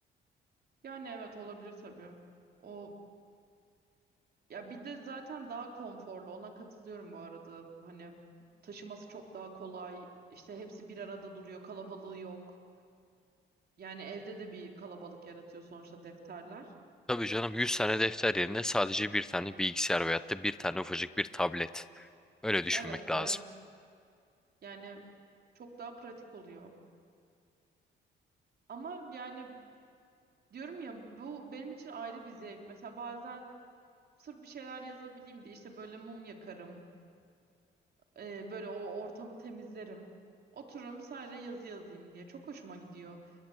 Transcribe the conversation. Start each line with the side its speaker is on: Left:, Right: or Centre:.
Right: Yani evet olabilir tabii. O Ya bir de zaten daha konforlu ona katılıyorum bu arada. Hani taşıması çok daha kolay. İşte hepsi bir arada duruyor, kalabalığı yok. Yani evde de bir kalabalık yaratıyor sonuçta defterler.
Centre: Tabii canım yüz tane defter yerine sadece bir tane bilgisayar veyahut da bir tane ufacık bir tablet. Öyle düşünmek
Right: Evet,
Centre: lazım.
Right: evet. Yani çok daha pratik oluyor. Ama yani diyorum ya bu benim için ayrı bir zevk. Mesela bazen sırf bir şeyler yazabileyim diye işte böyle mum yakarım. e, böyle o ortamı temizlerim. Otururum sadece yazı yazayım diye. Çok hoşuma gidiyor.